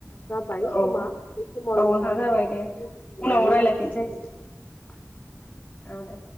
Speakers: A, on the left; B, on the left.
A: जाबाय समा
B: औ
A: बे समाव
B: औ
A: नोंथां
B: जाबाय दे
A: मोननानै
B: उनाव रायलायफिनसै
A: गोसो <inaudible>
B: औ दे